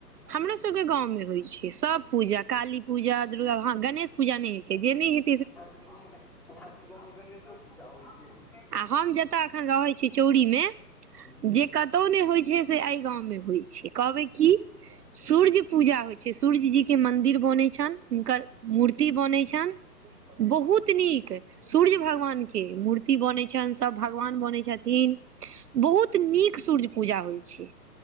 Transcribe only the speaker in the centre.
हमरा सब गांव मे हमरा सबके गांव मे गणेशो पूजा होइ छै।
हुँ